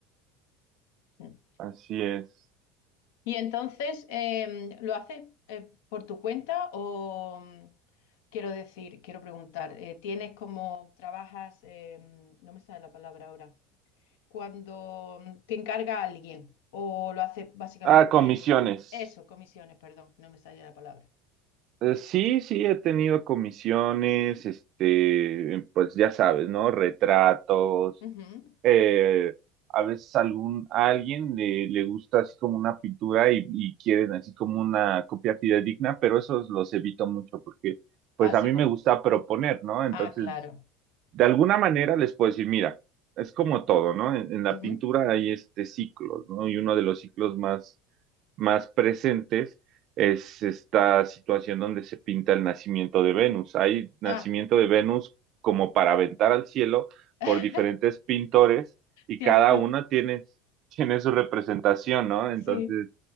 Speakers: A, on the left; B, on the right.
A: Mm.
B: Así es.
A: Y entonces, em, ¿lo haces eh, por tu cuenta o mm, quiero decir, quiero preguntar, eh, ¿tienes como, trabajas, em, no me sale la palabra ahora? cuando mm, te encarga alguien o lo hace básicamente
B: Ah, comisiones.
A: eso, comisiones, perdón, no me salía la palabra.
B: Eh, Sí, sí, he tenido comisiones, este, pues ya sabes, ¿no? Retratos
A: Ujú.
B: eh, a veces algún, a alguien le, le gusta así como una pintura y, y quieren así como una copia fidedigna, pero esos los evito mucho porque pues
A: Ah, sí,
B: a mí
A: por...
B: me gusta proponer, ¿no? Entonces,
A: ah, claro.
B: de alguna manera les puedo decir, mira, es como todo, ¿no? En, en la
A: Ujú.
B: pintura hay este ciclos, ¿no? Y uno de los ciclos más más presentes es esta situación donde se pinta el nacimiento de Venus. Hay nacimiento
A: Ah,
B: de Venus como para aventar al cielo
A: <laughs>
B: por diferentes pintores y
A: cierto,
B: cada una tiene, <laughs> tiene su representación, ¿no? Entonces,
A: sí.